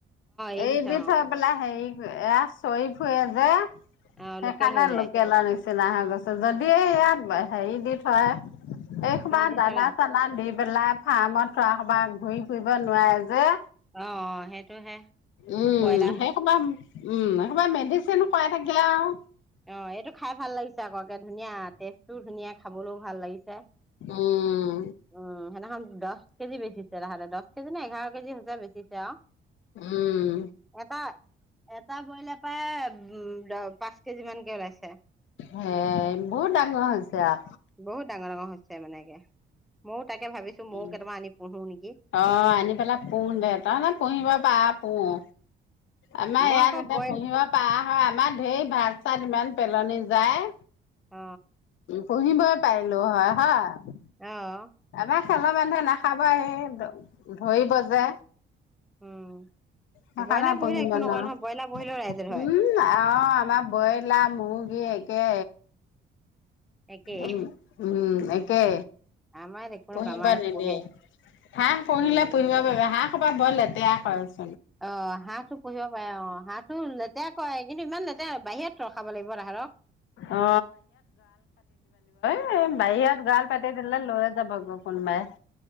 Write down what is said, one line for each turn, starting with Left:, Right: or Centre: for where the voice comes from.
Centre: এৰি
Left: এ
Centre: থয়
Left: দি থৈ
Centre: অ
Left: পেলাই হেৰি। এ চৰি ফুৰি যে। সেইকাৰনে
Centre: অ লোকেল হৈ যায়
Left: লোকেল আনিছে। চিলা হৈ গছো যদি ইয়াত হেৰি দি থয়। এইহোপা
Centre: দি
Left: দানা
Centre: থলে
Left: চানা দি। পেলাই ফাৰ্মত থোৱা হোপা ঘূৰি ফুৰিব নোৱাৰে যে।
Centre: অ সেইটো হে
Left: উম
Centre: ব্ৰইলাৰ।
Left: সেই সোপা উম কবা মেডিচিন খুৱাই থাকে আও।
Centre: অ এইটো খাই ভাল লাগিছে আককে ধুনীয়া টেষ্টটোও ধুনীয়া খাবলৈও ভাল লাগিছে।
Left: উম
Centre: উম সেইদিনাখন দহ কেজি বেছি। দহ কেজি নে এঘাৰ কেজি হ হৈছে বেচিছে আ ও।
Left: উম
Centre: এটা এটা বইলে প্ৰায় উম দ পাঁচ। মানকে ওলাইছে
Left: হেই বহুত ডাঙৰ হৈছে আও।
Centre: বহুত ডাঙৰ ডাঙৰ হৈছে মানে তাকে মও তাকে ভাবিছো ময়ো
Left: উম
Centre: কেইটামান আনি পুহো নেকি
Left: অ আনি পেলাই পোহ দে তাৰানে পুহিব পাৰ পো পো অ আমাৰ
Centre: মই
Left: ইয়াত
Centre: আকৌ
Left: এয়াত এটা
Centre: বইল
Left: পুহিব পাৰা হয় আমাৰ ঢেৰ ভাত চাত ইমান পেলনি যায়
Centre: অ
Left: পুহিবই পাৰিলো হয় হয়
Centre: অহ
Left: আমাৰ খেলা মানুহে নাখাবা হে ধৰিব যে
Centre: উম
Left: হেকানে
Centre: ব্ৰইলাৰ পুহিলে
Left: পুহিব
Centre: একো নকয়
Left: নোৱাৱ
Centre: নহয় ব্ৰইলাৰ পুহিলেও ৰাইজৰ হয়
Left: উম আহ আমাৰ বয় ব্ৰইলা মুৰ্গী একে
Centre: একেই
Left: উম উম একে
Centre: আমাৰ ইয়াত একো
Left: পুহিব
Centre: নকয় আমাৰ ইয়াত
Left: নিদিয়ে
Centre: পোহে
Left: হাঁহ পুহিলে
Centre: উম
Left: পুহিব পাৰিবা হাঁহ হোপা বহুত লেতেৰা কৰে।
Centre: অ হাঁহটো পুহিব পাৰে অ হাঁহ উম লেত লেতেয়া কয় কিন্তু ইমান এতেয়া বাহিৰত ৰখাব লাগিব তাহঁতক
Left: অ এ বাহিৰত গৱাল পাতি দিলে লৈয়ে যাব গৈ কোনোবাই।